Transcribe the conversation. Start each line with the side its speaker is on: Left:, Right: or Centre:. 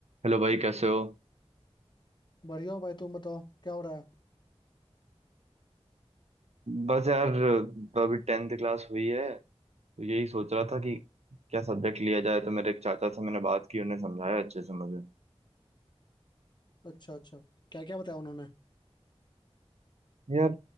Right: हेलो भाई कैसे हो
Left: बढ़िया हो भाई तुम बताओ क्या हो रहा है
Right: बस यार अभी टेंथ क्लास हुई है तो यही सोच रहा था कि क्या सब्जेक्ट लिया जाए तो मेरे एक चाचा से मैंने बात की उन्हें समझाया अच्छे से मुझे
Left: अच्छा अच्छा क्या क्या बताया उन्होंने
Right: यार